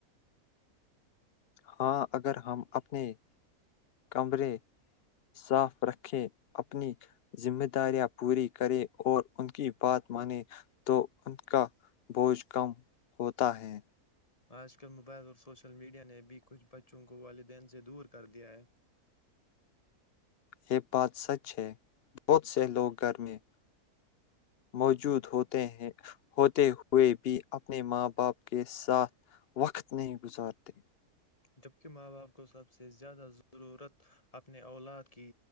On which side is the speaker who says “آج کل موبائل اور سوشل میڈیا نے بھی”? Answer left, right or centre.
Left